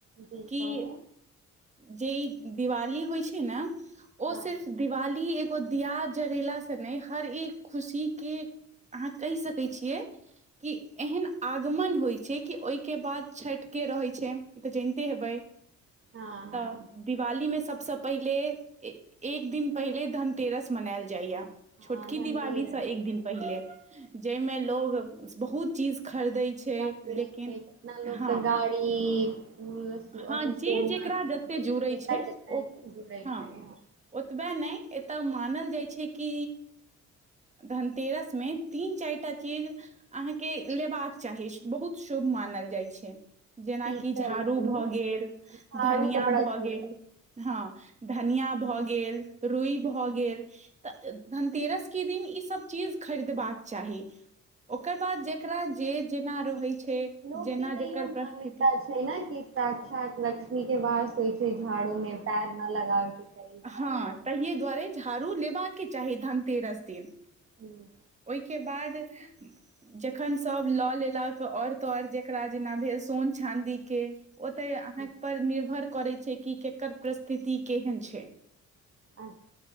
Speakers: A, on the right (about 45°); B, on the right (about 25°).
A: जी
B: कि
A: कहूॅं
B: जे दिवाली होइ छै ने ओ
A: हँ
B: सिर्फ दिवाली के दिया जरेला से नहि हर एक खुशी के अहाँ कहि सकै छियै कि एहन आगमन होइ छै कि ओहिके बाद छठि के रहैत छैन ई तऽ जानिते हेबै
A: हँ हँ
B: तऽ दिवाली मे सब सबस पहिले एक दिन पहिले धनतेरस मनायल जाइया
A: हँ
B: छोटकी
A: धनतेरस
B: दिवालीसँ एक दिन पहिले जाहिमे लोग बहुत चीज खरीदै छै
A: र कितना
B: लेकिन
A: लोग
B: हँ
A: तऽ गाड़ी अथि‌
B: हँ
A: सोना
B: जे जेकरा जते
A: <unintelligible>
B: जुड़ै छै ओ हँ ओतबे नहि एतय मानल जाइ छै कि धनतेरस मे तीन चारिटा चीज अहाँके लेबाक चाही बहुत शुभ मानल जाइ छै जेनाकि
A: पीतल
B: झाड़ू
A: ई सब ने
B: भऽ गेल
A: झाड़ू
B: धनिया
A: तऽ बड़ा ह
B: भऽ गेल हँ धनिया भऽ गेल रुइ भऽ गेल तऽ धनतेरस के दिन ई सब चीज खरीदबाक चाही ओकर बाद जेकरा जे जेना रहैत छै
A: लोक
B: जेना
A: के तऽ
B: जकर
A: इो मान्यता
B: परिस्थिति
A: छै ने कि साक्षात लक्ष्मी के वास होइ छै झाड़ूमे पेर न लगाबे चाही झाड़ू
B: हँ तहिए दुआरे झाड़ू लेबाके चाही धनतेरस दिन
A: हूँ
B: ओहिके बाद जखन सभ लऽ लेलक आओर तऽ आओर जेकरा जेना भेल सोन चाँदी के ओ तऽ अहाँ
A: ह
B: पर निर्भर करै छै कि केकर परिस्थिति केहन छै
A: अच्छा